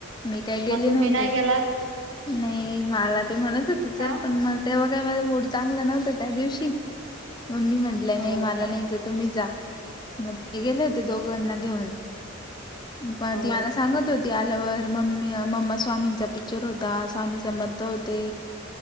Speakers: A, on the left; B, on the right.
A: मी काही गेली
B: मग तुम्ही
A: नव्हती
B: नाही गेलात
A: नाही मला ते म्हणत होते चल
B: का?
A: पण मग तेव्हा काय माझा मूड चांगला नव्हता त्या दिवशी मग मी म्हटलं
B: हो
A: नाही मला
B: का?
A: नाही जायचं तुम्ही जा मग ते गेले होते दोघांना घेऊन पण
B: हो,
A: ती मला सांगत होती आ ल्यावर मम्मी मम्मा स्वामींचा पिक्चर होता स्वामी समर्थ होते